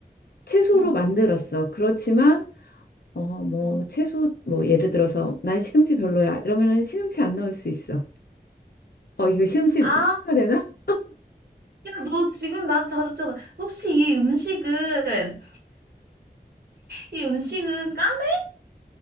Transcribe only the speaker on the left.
채소로
만들었어. 그렇지만 어, 뭐
채소 뭐 예를 들어서 난 시금치 별로야 이러면은 시금치 안 넣을 수 있어. 어, 이거 시금치
힌트가 되나?